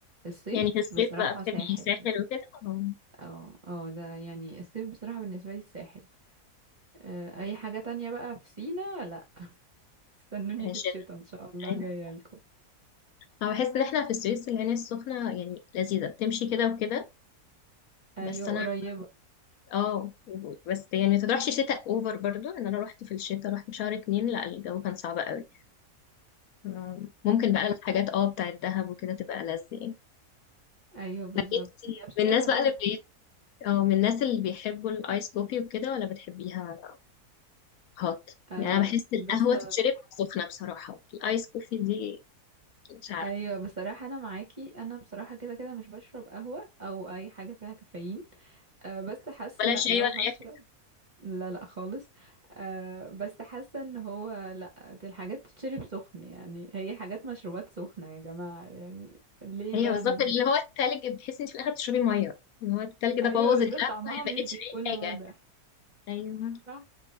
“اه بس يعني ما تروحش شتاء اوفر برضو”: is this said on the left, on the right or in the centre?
Left